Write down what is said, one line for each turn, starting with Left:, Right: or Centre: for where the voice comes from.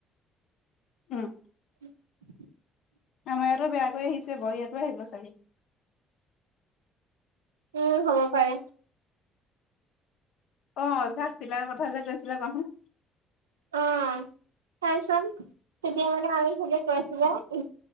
Left: <inaudible> উম।
Right: <inaudible>
Left: আমাৰ ইয়াতো বেয়াকৈ আহিছে বাৰু ইয়াতো আহিব চাগে?
Right: উম হ'ব পাৰে।
Left: অ অভ্যাস বিলাকৰ কথা যে কৈছিলা কোৱাচোন।
Right: <inaudible> তেতিয়া মানে আমি সবে কৈছো যে <inaudible> <unintelligible>